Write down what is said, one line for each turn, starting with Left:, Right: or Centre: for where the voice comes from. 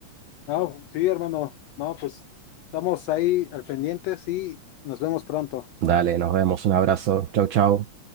Left: No, sí, hermano. No, pues estamos ahí al pendiente y nos vemos pronto.
Right: Dale, nos vemos, un abrazo, chau, chau.